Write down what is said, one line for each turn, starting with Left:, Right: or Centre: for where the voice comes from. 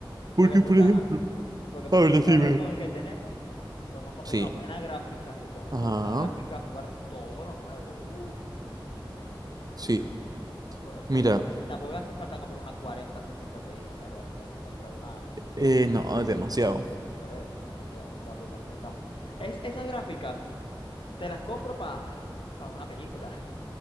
Right: Porque,
Left: Porque, porque,
Right: por ejemplo,
Left: ajá. Porque el
Right: a
Left: procesador
Right: ver, decime.
Left: con el que tenemos, podemos comprar
Right: Sí,
Left: una buena gráfica y con esa
Right: ajá,
Left: buena gráfica jugar todo lo nuevo. Uf,
Right: sí.
Left: po- porque
Right: Mira,
Left: no hace- tampoco hace falta comprar una cuarenta, sesenta Ti, en verdad. O sea, con comprar una
Right: eh, no, es demasiado.
Left: por eso, es demasiado. Tampoco necesitamos. Es, esas gráficas, te las compro para pa una película. <laughs>